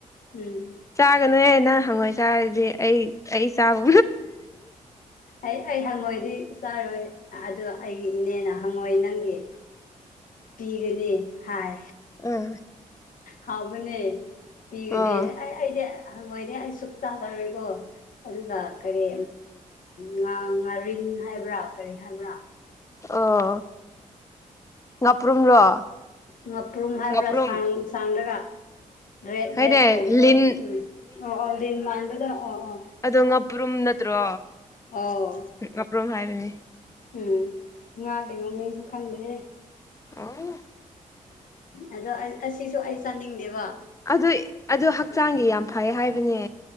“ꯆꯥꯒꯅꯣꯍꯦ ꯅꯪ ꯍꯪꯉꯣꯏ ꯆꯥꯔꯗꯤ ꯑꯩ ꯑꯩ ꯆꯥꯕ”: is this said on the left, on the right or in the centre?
Left